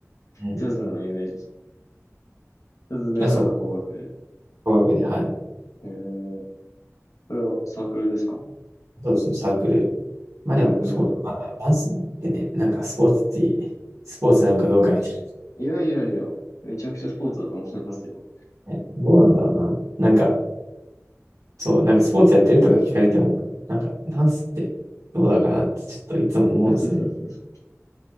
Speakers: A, on the right; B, on the left.
A: うん。
B: ジャズのイメージ。
A: い
B: ジャズではなく邦楽で。
A: や、そう。語学で、はい。
B: えー、これはサークルですか
A: そうですね、サークル。まあでも、
B: えー、
A: そうだな。まあダンスってね、なんかスポーツって、スポーツなのかどうかみたい
B: いやいやいや、めちゃくちゃスポーツだと思いますよ。
A: な。えどうなんだろうな。なんか、
B: うん
A: そう、なんかスポーツやってるとか聞かれても、なんかダンスってどうだかなってちょっといつも思うんですよね。
B: <laughs>